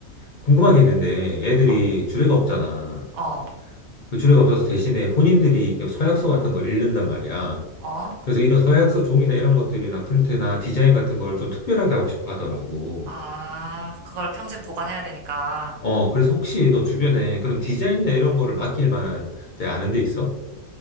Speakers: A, on the left; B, on the right.
A: 궁금한 게 있는데 애들이
B: 어,
A: 주례가 없잖아.
B: 어,
A: 그 주례가 없어서 대신에 본인들이 이렇게 서약서 같은 걸 읽는단 말이야.
B: 어.
A: 그래서 이런 서약서 종이나 이런 것들이나 프린트나 디자인 같은 걸 좀 특별하게 하고 싶어 하더라고.
B: 아, 그걸 평생 보관해야 되니까.
A: 어, 그래서 혹시 너 주변에 그런 디자인이나 이런 거를 맡길 만한 데 아는 데 있어?